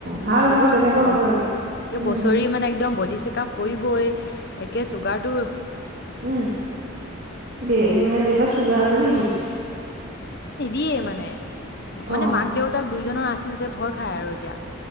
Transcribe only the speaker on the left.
বহুত
সচেতন।
ক
বছৰি মানে একদম বডি চ কাপ কৰিবই, একে চুগাৰ টো
য়ে মানে। মানে
মাক দেউতাক দুইজনৰ আছিল যে ভয় খাই আৰু এতিয়া।